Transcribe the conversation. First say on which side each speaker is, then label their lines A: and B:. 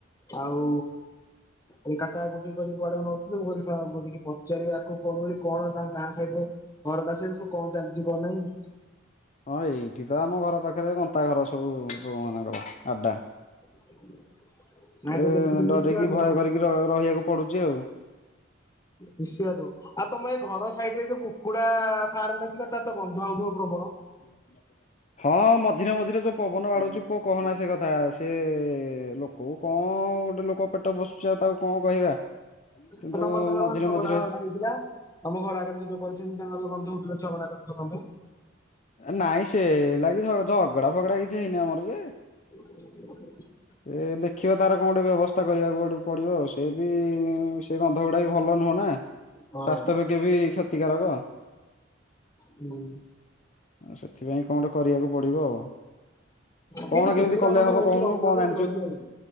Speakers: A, on the left; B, on the left.
A: ଆଉ ଏ କାଟା କୁଟି କର କୁଆଡେ ନଉଥିଲିଁ କ ବିକି ପଚାରିବାକୁ କଣ କଣ ତାଙ୍କ ଗାଁ ସହିତ ଘରଟା ସହି ସବ କଣ ଚାଲିଛି କ ନାହିଁ।
B: ହଁ ଏଇଠି ତ ଆମ ଘର ପାଖରେ ଗନ୍ତା ଘର ସବୁ ମାନଙ୍କର ଆଡା।
A: <inaudible> ନାଇଁ ତୁ
B: ଏ
A: ଦେଖିଲୁ
B: ଡରିକି
A: ନିଶିଆରୁ
B: ଭୟ କରିକି ରହିବାକୁ ପଡୁଛି ଆଉ।
A: ନିଶଦୁ ଆଉ ତମେ ଏଇ ଘର ସାଇଡ ରେ ଯୋଉ କୁକୁଡା ଫାର୍ମ ରେ ଥିଲା ତା ତ ଗନ୍ଧ ହଉଥିବ ପ୍ରବଳ।
B: <inaudible> ହଁ ମଝିରେ ମଝିରେ ଯୋଉ ପବନ ବାଡୁଉଛି ପୁଅ କହନା ସେ କଥା ସେ ଲୋକ କୋଉ କଣ ଗୋଟେ ଲୋକ ପେଟ ପୋସୁଛି ଆଉ ତାକୁ କଣ କହିବା। କିନ୍ତୁ
A: ତ ତମର ତାଙ୍କର
B: ମଝିରେ
A: କଣ ଝଗଡା
B: ମଝିରେ
A: ଫଗଡା ହେଇଥିଲା ଆମ ଘର ଆଗରେ ଯ ଯୋଉ କରିଛନ୍ତି ତାଙ୍କର ଗନ୍ଧ ହଉଥିଲ ଝଗଡା କରିଥଥିଲ ତମେ।
B: ନାଇଁ ସେ ଲାଗି ଝଗଡା ଫଗଡା କିଛି ହେଇନି ଆମର ଯେ
A: <inaudible>
B: ସେ ଦେଖିବା ତାର କଣ ଗୋଟେ ବ୍ୟବସ୍ଥା କରିବାକୁ ଗୋଟେ ପଡିବ ଆଉ ସେ ବି ସେ ପା ଗୁଡା ବି ଭଲ ନୁହଁ ନା।
A: ବ
B: ରାସ୍ତାପେକ୍ଷା ବି କ୍ଷତିକାରକ।
A: ହୁଁ।
B: ସେଥିପାଇଁ କଣ ଗୋଟେ କରିବାକୁ ପଡିବ ଆଉ।
A: କିନ୍ତୁ
B: କଣ
A: କୁକୁଡ଼ା
B: କେମିତି କଲେ
A: ଗନ୍ଧ
B: ହବ
A: ହଉଛି
B: କହୁନୁ।
A: ରହିହବ
B: କଣ
A: କି ରହିହବନି